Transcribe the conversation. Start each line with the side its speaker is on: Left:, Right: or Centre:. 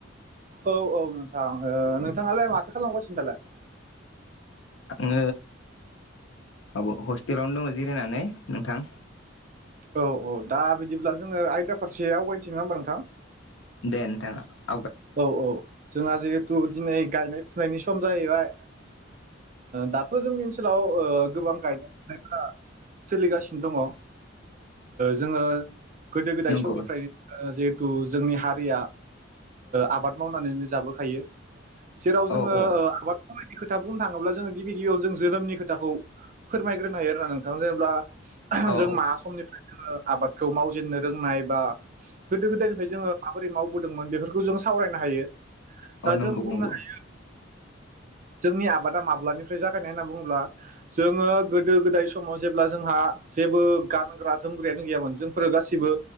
Right: औ औ नोंथां नोंथाङालाय माथो खालामगासिनो दालाय।
Left: आङो माब हस्टेलावनो दङ जिरायनानै नोंथां।
Right: औ औ दा बिदिब्ला जोङो आयदा फारसे आवगायनोसै, नङा होमबब्लाा नोंथां?
Left: दथ
Right: औ औ। जोंहा जिहेथु दिनै गायनाय फुनायनि सम जाहैबाय, दाथ' जोंनि नोलाव गोबां गायनाय फुनायफ्रा। सोलिगासिनो दङ जोङो। गोदो गोदाय
Left: नंगौ
Right: समनिफ्राय जिे जिु जोंनि हारिया। आबाद मावनानैनो जाबोखायो। जेराव जोङो
Left: औ औ
Right: आबादखौ बे खोथा बुंनो थाङोब्ला जोङो, गिबि गिबियाव जों जोनोमनि खोथखौ फोरमायग्रोनो हायो आरोना नोंथां, जेनेबा
Left: औ
Right: जों मा समनिफ्राय जोो आबादखौ मावजेननो रोंनाय बा गोदो गोदायनिफ्राय जोङो माबोरै मावबोदोंमोन बेफोरखौ। खौ जों सावरायनो हायो। दा
Left: अ नंगौ
Right: जों बुंनो
Left: नंगौ‌।
Right: हायो जोंनि आबादा माब्लानिफ्राय जागायनाय होनना बुङोब्ला, जोङो गोदो गोदाय समाव जेब्ला जोंहा जेबो गानग्रा जोमग्रायानो गैयामोन जोंफोरो गासिबो